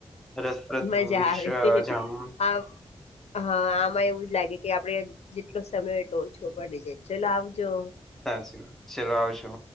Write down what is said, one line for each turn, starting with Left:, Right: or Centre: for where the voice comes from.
Centre: રસપ્રદ
Left: મજા
Centre: વિશ
Left: આવે.
Centre: જાણવ
Left: આ હા આમાં એવું જ લાગે કે આપડ જેટલો સમય હોય એટલો ઓછો પડે છે ચાલ આવજો
Centre: સાચી વાત ચાલ આવશો